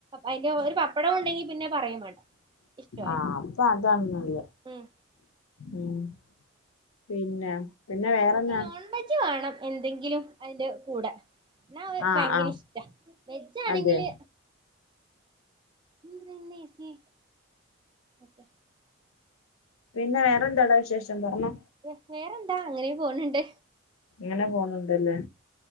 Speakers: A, on the right; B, on the left.
A: അയ്ന്റെ ഒരു പപ്പടം ഉണ്ടെങ്കി പിന്നെ പറയും വേണ്ട ഇഷ്ടമായി
B: ആഹ് അപ്പൊ അതാണ് നല്ലെ
A: ഉം
B: ഉം പിന്നെ പിന്നെ വേറെന്നാ
A: ഓക്ക് നോൺ വെജ് വേണം എന്തെങ്കിലും അതിന്റെ കൂടെ എന്നാ അഹ്
B: ആ
A: ഭയങ്കര
B: ആ
A: ഇഷ്ടാ വെജാണെങ്കില്
B: അതെ
A: ഇന്ന് <unintelligible> എസി ഓക്കെ
B: പിന്നെ വേറെന്തടാ വിശേഷം പറഞ്ഞോ
A: വെ വേറെന്താ അങ്ങനെ പോണ് ണ്ട്
B: ഇങ്ങനെ പോന്നുണ്ടല്ലേ